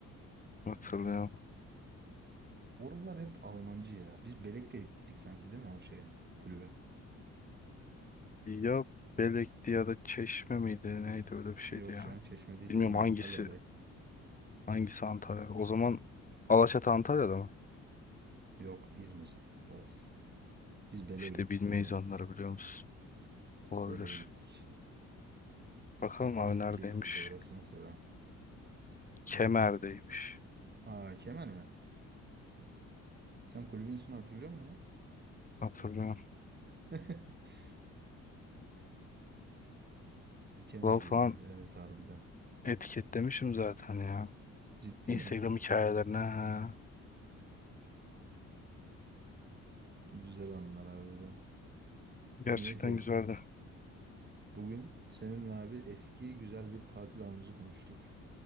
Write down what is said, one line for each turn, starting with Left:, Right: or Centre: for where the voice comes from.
Left: hatırlıyorum.
Right: Oralar hep Almancı ya. Biz Belek'te gittik sanki değil mi o şeye kulübe?
Left: Ya Belek'ti ya da Çeşme miydi? Neydi öyle bir şeydi
Right: Yok
Left: ya.
Right: canım Çeşme değil
Left: Bilmiyorum
Right: de oğlum
Left: hangisi
Right: Antalya'dayız.
Left: Hangisi Antalya? O zaman Alaçatı Antalya'da mı?
Right: Yok İzmir orası. Biz Belek'e
Left: İşte
Right: gittik
Left: bilmeyiz
Right: Belek'e.
Left: onları biliyor musun? Olabilir.
Right: Belek'e gittik.
Left: Bakalım
Right: Ciddi
Left: abi
Right: çok
Left: neredeymiş?
Right: keyifliydi orası mesela.
Left: Kemer'deymiş.
Right: Aa Kemer mi? Sen kulübün ismini hatırlıyor musun lan?
Left: Hatırlıyorum.
Right: <laughs> Kemer'deydi.
Left: Lol falan
Right: Evet harbiden.
Left: etiketlemişim zaten ya.
Right: Ciddi
Left: Instagram
Right: mi?
Left: hikayelerine. ha.
Right: Güzel anılar harbiden.
Left: Gerçekten
Right: Neyse.
Left: güzeldi.
Right: Bugün seninle abi eski güzel bir tatil anımızı konuştuk.